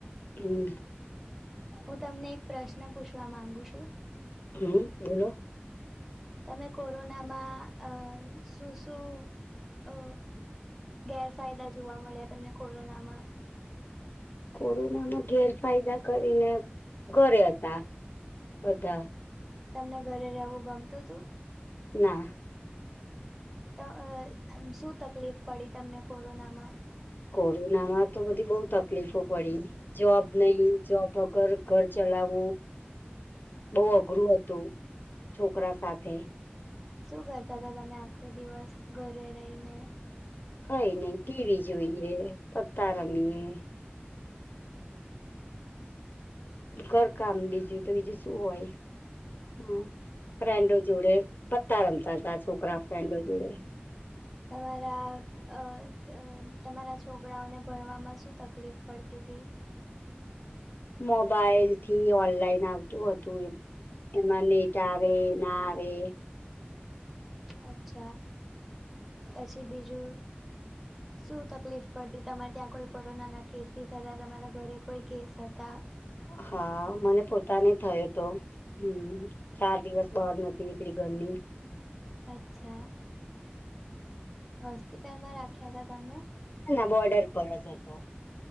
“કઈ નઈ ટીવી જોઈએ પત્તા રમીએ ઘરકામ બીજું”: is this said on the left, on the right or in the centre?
Left